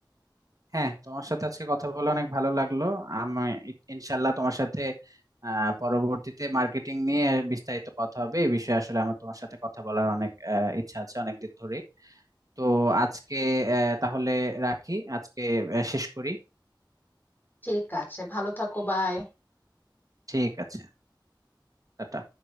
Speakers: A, on the right; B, on the left.
A: হ্যাঁ তোমার সাথে আজকে কথা বলে অনেক ভালো লাগলো আমি ইনশাল্লাহ তোমার সাথে আহ, পরবর্তীতে মার্কেটিং নিয়ে বিস্তারিত কথা হবে এই বিষয়ে আসলে আমার তোমার সাথে কথা বলার অনেক আহ, ইচ্ছা আছে অনেকদিন ধরেই তো আজকে আহ, তাহলে রাখি আজকে আহ, শেষ করি
B: ঠিক আছে ভালো থাকো বাই
A: ঠিক আছে টাটা।